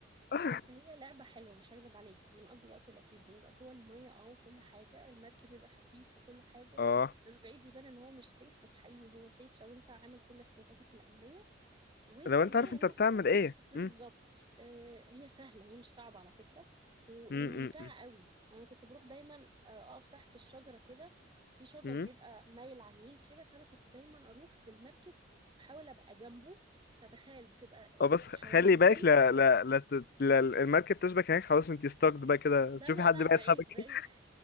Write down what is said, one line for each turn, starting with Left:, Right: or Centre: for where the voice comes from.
Left: <laughs>
Right: بس هي لعبة حلوة مش هكدب عليك بنقضي وقت لطيف بنبقى جوه المية اه وكل حاجة المركب بيبقى خفيف وكل حاجة
Left: اه
Right: من بعيد يبان ان هو مش سيف بس حقيقي هو سيف لو انت عامل كل احتياطاتك الأمنية وكمان
Left: لو انت عارف انت بتعمل ايه
Right: بالظبط
Left: امم
Right: آه، هي سهلة هي مش صعبة على فكرة و-
Left: امم
Right: وممتعة قوي انا كنت بروح دايما آه، اقف تحت الشجرة كده في شجر
Left: امم
Right: بيبقى مايل على النيل كده فانا كنت دايما اروح بالمركب واحاول ابقى جنبه فتخيل بتبقى
Left: اه بس خ-
Right: حواليك
Left: خلي بالك
Right: ظل
Left: لا لا لا, تت- لا المركب تشبك هناك خلاص انت ستاكد بقى كده
Right: لا
Left: شوفي
Right: لا
Left: حد
Right: لا
Left: بقى
Right: بعيد
Left: يسحبك <laughs>
Right: بعيد